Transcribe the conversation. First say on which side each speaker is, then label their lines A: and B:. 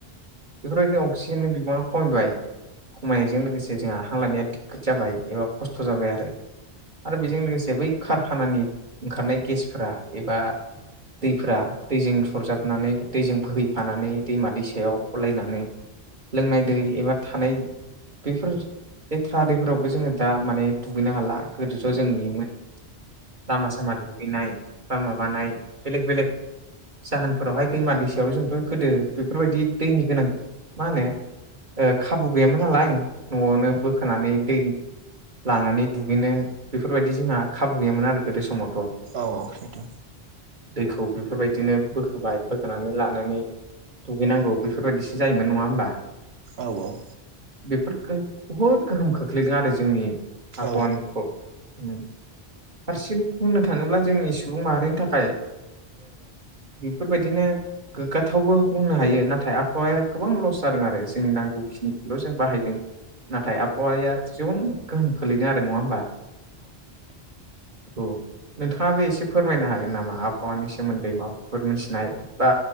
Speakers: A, on the right (about 50°); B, on the right (about 75°).
A: बेफोरबायदि अक्सिजेननि बिबाङा खमायबाय खमायनायजों लोगोसे जोंहा हां लायानाया दिगखाद जाबाय एबा खस्थ' जाबाय आरो। आरो बेजों लोगोसे बै कारखानानि ओंखारनाय गेसफोरा एबा दैफोरा दैजों सरजाबनानै दैजों बोहैफानानै दैमा दैसायाव हलायनानै लोंनाय दै एबा थानाय बेफोर बे थ्राादैफोरावबो जोङो दा माने दुगैनो हाला गोदो ज' जों नुयोमोन लामा सामा दुगैनाय बा माबानाय बेलेक बेलेग जाहोनफोरावहाय दैमा दैसायाव जोंथ' गोदो बेफोरबायदि दैनि गोनां मा होनो खाबु गैयामोन नालाय न'आवनो बोखोनानै दै लानानै दुगैनो बेफोरबायदि जोंहा खाबु गैयामोन आरो गोदो समावथ'
B: औ औ सैथो।
A: दैखौ बेफोरबायदिनो बोखोबाय बो होनानै लानानै दुगैनांगौ बेफोरबायदिसो जायोमोन नङा होमबा।
B: औ औ।
A: बेफोर बुहुद गोहोम खोख्लैदों आरो जोंनि आबहावानिखौ
B: औ
A: हारसिं बुंनो थाङोब्ला जोंनि सुबुं माहारिनि थाखाय बेफोरबायदिनो गोग्गाथावबो बुंनो हायो नाथाय आबहावाया गोबां लस जादों आरो जोंनि नांगौखिनिखौल' जों बाहायदों नाथाय आबहावाया एसेबां गोहोम खोलैदों आरो नङा होमबा औ नोंथाङाबो एसे फोरमायनो हागोन नामा आबहावानि सोमोन्दै माबाफोर मोनथिनाय बा